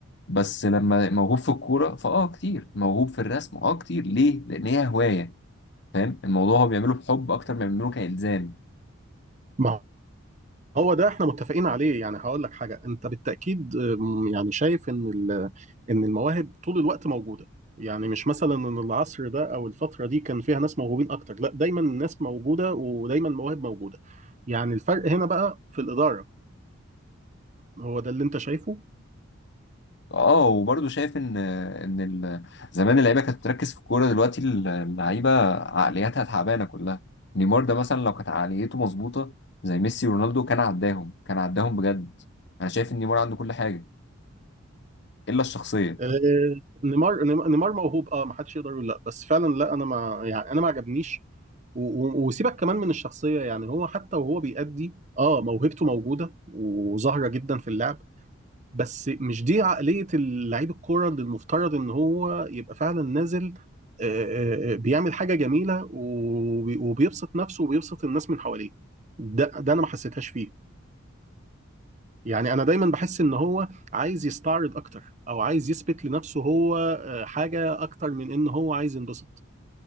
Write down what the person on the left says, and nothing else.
بس لما موهوب في الكوره فاه كتير موهوب في الرسم اه كتير ليه لان هي هوايه فاهم الموضوع هو بيعمله بحب اكتر ما بيعمله كالزام
اه وبرضه شايف ان ان ال- زمان اللعيبه كانت بتركز في الكوره دلوقتي اللعيبه عقلياتها تعبانه كلها نيمار ده مثلا لو كانت عقليته مظبوطه زي ميسي ورونالدو كان عداهم كان عداهم بجد انا شايف ان نيمار عنده كل حاجه الا الشخصيه